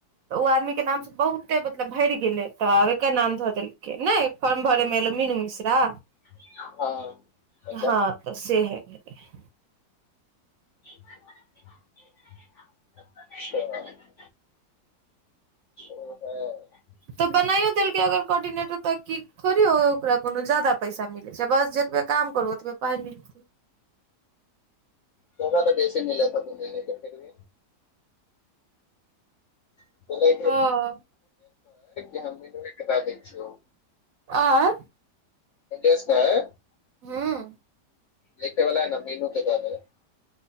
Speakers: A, on the right (about 65°); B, on the left (about 75°).
A: तऽ ओ आदमीके नामसँ बहुते मतलब भरि गेलै तऽ आब एकर नाम धऽ देलकै नहि। फाम भरै मे एल मीनू मिश्रा।
B: हँ। अच्छा
A: हँ तऽ से हे भेले।
B: अच्छा। ओ ह <unintelligible>
A: तऽ बनाइयो देलकै अगर कोर्डिनेटर त कि थोड़े ओकरा कोनो जादा पैसा मिले छै बस जतबे काम करू ओतबे पाय मिलतै।
B: तोका तऽ बेैसे नहि लेता तूने के फिर भी <unintelligible> कि
A: हँ
B: हम मीनूए के दैय दै छियौ।
A: आंय।
B: एस क <inaudible>
A: हूॅं।
B: लिखेवला न मीनू के दऽ देबै।